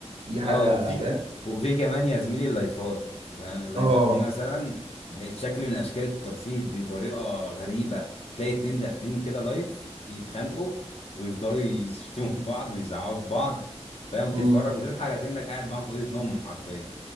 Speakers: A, on the right (about 60°); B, on the left (about 65°).
A: دي حاجه
B: اه وفي
A: فاهم
B: وفي كمان يا زميلي اللايفات فاهم اللايفات
A: اه
B: دي مثلا بقت شكل من اشكال الترفيه بطريقه غريبه تلاقي اتنين داخلين كده لايف يتخانقوا ويفضلوا يشتموا <laughs> بعض ويزعقوا في بعض فاهم تتفرج
A: امم
B: وتضحك كأنك قاعد معاهم في اوضه نومهم حرفيا